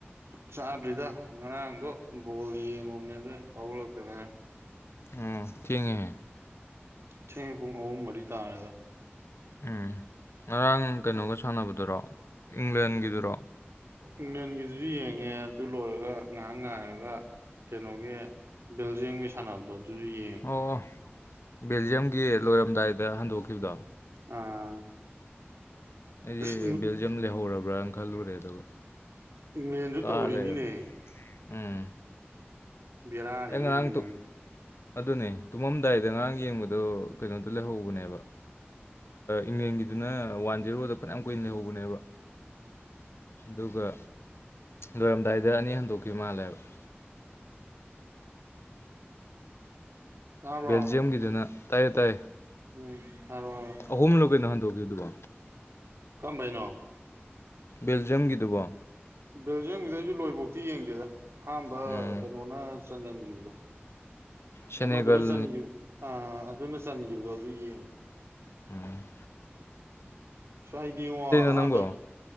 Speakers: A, on the right; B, on the left.
A: ꯆꯥꯗ꯭ꯔꯤꯗ ꯉꯔꯥꯡꯗꯣ ꯕꯣꯜ ꯌꯦꯡꯉꯣꯅꯦ ꯑꯗꯨꯣ ꯍꯧꯒꯂꯛꯇ ꯉꯔ
B: ꯎ ꯊꯦꯡꯉꯦ
A: ꯊꯨꯡ ꯃꯔꯤ ꯇꯥꯅꯦꯗ
B: ꯎꯝ ꯉꯔꯥꯡ ꯀꯩꯅꯣꯒ ꯁꯥꯟꯅꯕꯗꯨꯔꯣ ꯏꯪꯂꯦꯟꯒꯤꯗꯨꯔꯣ
A: ꯏꯪꯂꯦꯟꯒꯤꯗꯨꯁꯨ ꯌꯦꯡꯉꯦ ꯑꯗꯨ ꯂꯣꯏꯔꯒ ꯉꯥꯏꯍꯥꯛ ꯉꯥꯏꯔꯒ ꯀꯩꯅꯣꯒꯤ ꯕꯤꯜꯖꯤꯡꯒꯤ ꯁꯥꯟꯅꯕꯗꯣ ꯑꯗꯨꯁꯨ ꯌꯦꯡꯉ
B: ꯑꯣ ꯕꯦꯜꯖꯤꯌꯝꯒꯤ ꯂꯣꯏꯔꯝꯗꯥꯏꯗ ꯍꯟꯗꯣꯛꯈꯤꯕꯗꯣ
A: ꯑꯥ
B: ꯑꯩꯁꯦ
A: ꯑꯁ
B: ꯕꯦꯜꯖꯤꯌꯝ ꯂꯩꯍꯧꯔꯕ꯭ꯔꯅ ꯈꯜꯂꯨꯔꯦ ꯑꯗꯨꯒ
A: ꯏꯪꯂꯦꯟꯁꯨ
B: ꯀꯥꯔ
A: ꯇꯧꯔꯤꯅꯤꯅꯦ
B: ꯂꯩꯔꯝꯃꯦ ꯎꯝ
A: ꯕꯤꯔꯥꯅꯤꯅꯦ
B: ꯑꯩ ꯉꯔꯥꯡ ꯑꯗꯨꯅꯦ ꯇꯨꯝꯃꯝꯗꯥꯏꯗ ꯑꯔꯥꯡ ꯌꯦꯡꯕꯗꯣ ꯀꯩꯅꯣꯗꯣ ꯂꯩꯍꯧꯕꯅꯦꯕ ꯏꯪꯂꯦꯟꯒꯤꯗꯨꯅ ꯋꯥꯟ ꯖꯦꯔꯣꯗ ꯐꯅꯌꯥꯝ ꯀꯨꯏꯅ ꯂꯩꯍꯧꯕꯅꯦꯕ ꯑꯗꯨꯒ ꯂꯣꯏꯔꯝꯗꯥꯏꯗ ꯑꯅꯤ ꯍꯟꯗꯣꯛꯈꯤꯕ ꯃꯥꯜꯂꯦꯕ <inaudible>
A: ꯇꯥꯕ꯭ꯔꯣ
B: ꯕꯦꯜꯖꯤꯌꯝꯒꯤꯗꯨꯅ ꯇꯥꯏ ꯇꯥꯏ
A: ꯎꯝ ꯍꯥꯏꯔꯣ ꯍꯥꯏꯔꯣ
B: ꯑꯍꯨꯝ ꯂꯦ ꯅꯍꯟꯊꯣꯛꯈꯤꯦ ꯑꯗꯨꯗꯨꯕꯥ
A: ꯀꯝꯕꯩꯅꯣ
B: ꯕꯦꯜꯖꯤꯌꯝꯒꯤꯗꯨꯕꯣ
A: ꯕꯦꯜꯖꯤꯌꯝꯒꯤꯗ ꯑꯩꯁꯨ ꯂꯣꯏꯕꯧꯇꯤ ꯌꯦꯡꯗꯦꯗ ꯑꯍꯥꯟꯕ
B: ꯎꯝ
A: ꯀꯩꯅꯣꯅ ꯆꯟꯟꯈꯤꯕꯗꯣ
B: ꯁꯦꯅꯦꯒꯜ
A: ꯑꯃꯗꯨꯅ ꯆ ꯑ ꯑꯗꯨꯅ ꯆꯟꯈꯤꯕꯗꯣ ꯏꯡ
B: ꯎꯝ
A: ꯍꯥꯏꯗꯤꯉꯣ ꯑꯍꯥꯟꯕꯩ
B: ꯅꯪꯕꯣ